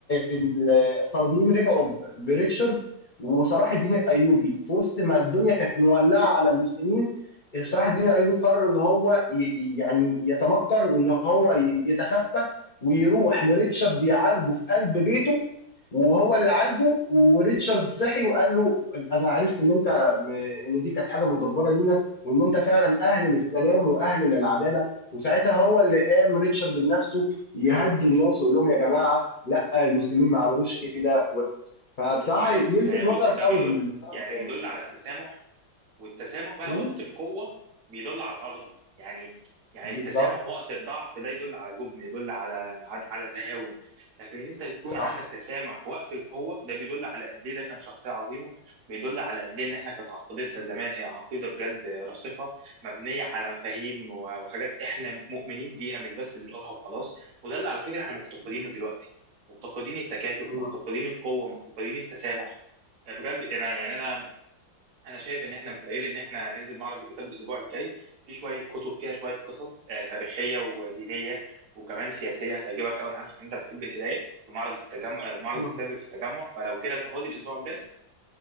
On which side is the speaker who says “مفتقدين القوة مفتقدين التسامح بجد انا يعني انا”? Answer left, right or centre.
Right